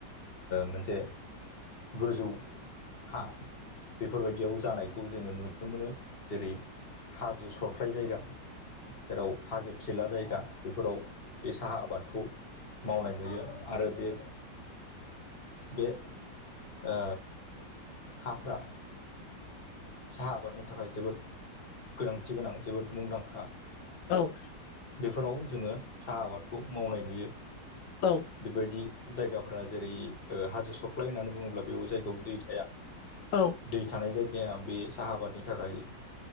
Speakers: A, on the left (about 35°); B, on the left (about 80°).
A: मोनसे गोजौ हा बेफोरबायदियाव जानायखौ जोङो नुनो मोनो जेरै हाजो सरख्लाय जायगा जेराव हाजो थिला जायगा बेफोराव बे साहा आबादखौ मावनाय नुयो आरो बे बे ओ हाफ्रा साहा आबादनि थाखाय जोबोद गोनांथि गोनां जोबोद मुंदांखा
B: औ
A: बेफोराव जोङो साहा आबादखौ मावनाय नुयो
B: औ
A: बेबायदि जायगाफोरा जेरै ओ हाजो सरख्लाय होननानै बुङोब्ला बेयाव जायगायाव दै थाया
B: औ
A: दै थानाय जायगाया बे साहा आबादनि थाखाय